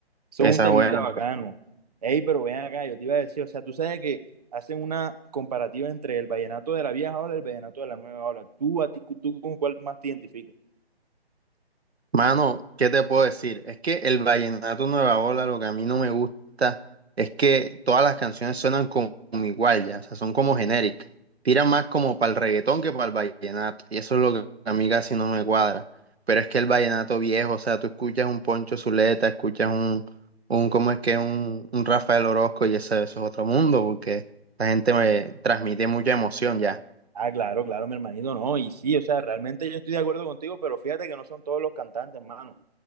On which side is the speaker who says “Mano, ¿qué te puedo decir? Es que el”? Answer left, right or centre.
Right